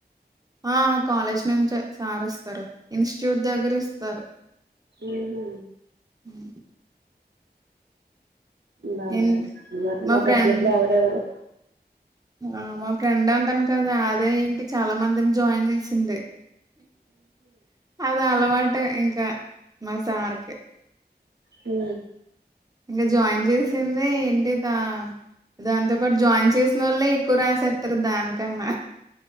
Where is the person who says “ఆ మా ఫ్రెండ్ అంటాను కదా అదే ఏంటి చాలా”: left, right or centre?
Right